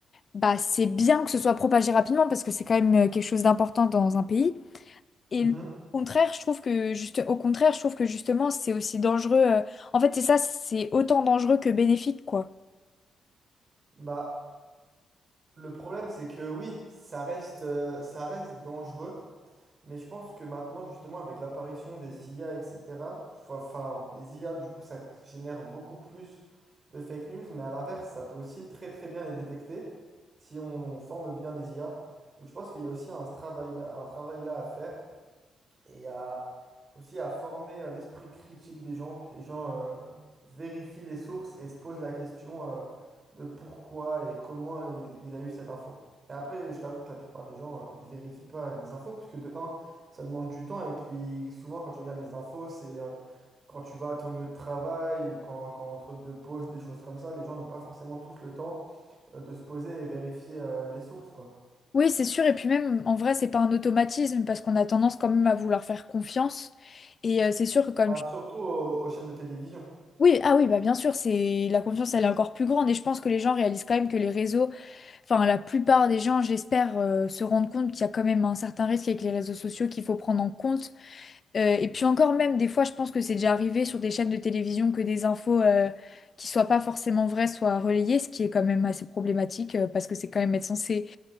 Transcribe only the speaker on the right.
Mhm.
Bah, le problème, c'est que oui, ça reste, euh, ça reste dangereux. Mais je pense que maintenant, justement, avec l'apparition des IA, etc., enfin, enfin, les IA, du coup, ça génère beaucoup plus de fake news, mais à l'inverse, ça peut aussi très très bien les détecter si on forme bien les IA. Donc je pense qu'il y a aussi un travail là, un travail là à faire et à aussi à former euh, l'esprit critique des gens, que les gens euh, vérifient les sources et se posent la question euh, de pourquoi et comment il, il a eu cette info. Et après, je t'avoue que la plupart des gens, euh, ils vérifient pas les infos, parce que de un, ça demande du temps, et puis souvent quand tu regardes les infos, c'est euh, quand tu vas à ton lieu de travail ou quand, quand entre deux pauses, des choses comme ça, les gens n'ont pas forcément tous le temps euh, de se poser et vérifier euh, les sources, quoi.
Ah,
surtout aux aux chaînes de télévision.